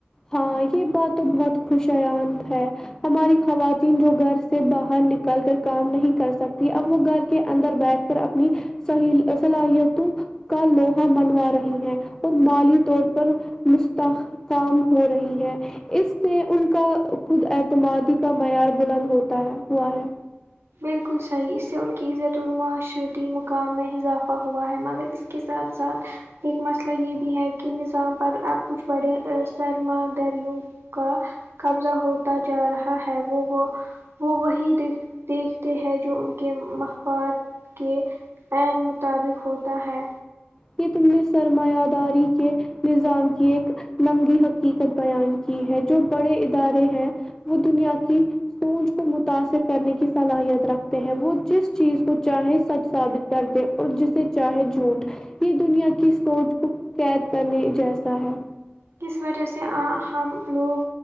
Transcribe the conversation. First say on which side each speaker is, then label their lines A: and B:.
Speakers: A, on the left (about 15°); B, on the right (about 80°).
A: ہاں یہ بات تو بہت خوشیان ہے ہماری خواتین جو گھر سے باہر نکل کر کام نہیں کر سکتی اب وہ گھر کے اندر بیٹھ کر اپنی صحیح صلاحیتوں کا لوہا منوا رہی ہے اور مالی طور پر مستحکام ہو رہی ہے اس سے ان کا خود اعتمادی کا معیار بلند ہوتا ہے ہوا ہے
B: بالکل صحیح اس سے ان کی عزت الماشرتی مقام میں اضافہ ہوا ہے مگر اس کے ساتھ ساتھ ایک مسئلہ یہ بھی ہے کہ نظام پر اب کچھ بڑے سرما دروں کا قبضہ ہوتا جا رہا ہے وہ وہ وہ وہی د دیکھتے ہیں جو ان کے مفاد کے عین مطابق ہوتا ہے
A: کہ تم نے سرمایہ داری کے نظام کی ایک لنگی حقیقت بیان کی ہے جو بڑے ادارے ہیں وہ دنیا کی سوچ کو متاثر کرنے کی صلاحیت رکھتے ہیں وہ جس چیز کو چاہے سچ ثابت کر دے اور جسے چاہے جھوٹ یہ دنیا کی سوچ کو قید کرنے جیسا ہے
B: کس وجہ سے ہم لوگ